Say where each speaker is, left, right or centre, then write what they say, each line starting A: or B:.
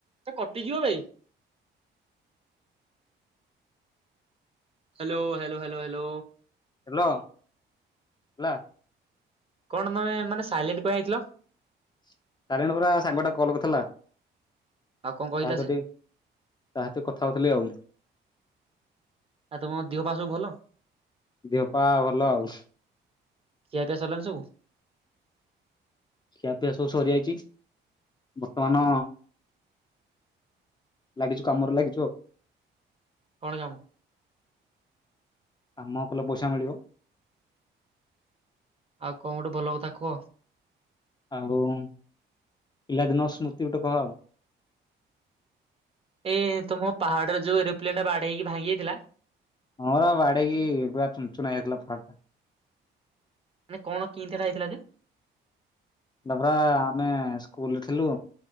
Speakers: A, on the right (about 30°); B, on the left (about 20°).
A: ସେ କଟିଯିବ ବେ hello hello hello hello
B: hello ହେଲା।
A: କଣ ତମେ ମାନେ ସାଇଲେଣ୍ଟ କଣ ହେଇଥିଲ?
B: <unintelligible> ପରା ସାଙ୍ଗଟା କଲ୍ କରିଥିଲା।
A: ଆଉ କଣ କହିଲା
B: ତା ଟି
A: ସେ
B: ତା ସହିତ କଥା ହଉଥିଲି ଆଉ।
A: ଆଉ ତମ ଦେହ ପା ସବୁ ଭଲ?
B: ଦିହପା ଭଲ ଆଉ।
A: ଖିଆପିଆ ସରିଲାଣି ସବୁ
B: ଖିଆ ପିଆ ସବୁ ସରିଯାଇଛି, ବର୍ତ୍ତମାନ ଲାଗିଛୁ କାମରେ ଲାଗିଛୁ ଆଉ।
A: କଣ କାମ?
B: କାମ କଲେ ପଇସା ମିଳିବ।
A: ଆଉ କଣ ଗୋଟେ ଭଲ କଥା କୁହ?
B: ଆଉ ପିଲାଦିନ ସ୍ମୃତି ଗୋଟେ କହ
A: ଏଇ ତମ ପାହାଡ ଯୋଁ ଏରୋପ୍ଲେନ ଟା ବାଢେଇକି ଭଙ୍ଗିଯାଇଥିଲା
B: ହଁ ବା ବାଡେଇକି ପୁରା ଚୁନ ଚୁନା ହେଇଯାଇଥିଲା ପାହାଡଟା
A: ମାନେ କଣ କିନ୍ତିଟା ହେଇଥିଲା ଯେ?
B: ତା ପା ଆମେ ସ୍କୁଲରେ ଥିଲୁ,